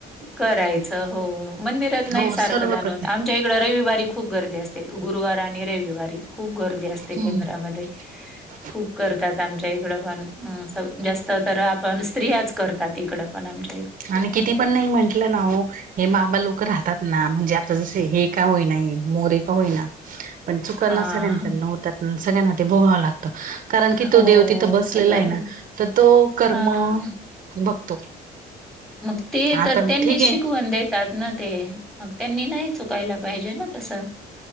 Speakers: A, in the centre; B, on the right.
A: करायचं हो मंदिरात नाही
B: हो
A: सारखं
B: सर्व
A: जाणं
B: करते
A: होत आ आमच्या इकडे रविवारी खूप गर्दी असते गुरुवार आणि रविवारी खूप गर्दी असते
B: हम्म
A: केंद्रामध्ये
B: <unintelligible>
A: खूप करतात आमच्या इकडं पण जास्त तर आपण स्त्रियाच करतात इकडं पण आमच्यात
B: आणि किती पण नाही म्हंटलं ना हे बाबा लोकं राहतात ना म्हणजे आ जे हे का होई नाही मोरे का होईना पण चुकाना
A: हां,
B: सगळ्यांकडनं
A: हां.
B: होत त्या सगळ्यांना ते भोगावं लागतं कारण कि
A: हो,
B: तो देव तिथं बसलेला
A: ते बरोबर.
B: आहे ना तर तो कर्म
A: हां.
B: बघतो
A: मग ते
B: आता
A: तर त्यांनी
B: ठीक
A: शिकवून
B: आहे
A: देत तात ना ते मग त्यांनी नाही चुकायला पाहिजे ना तसं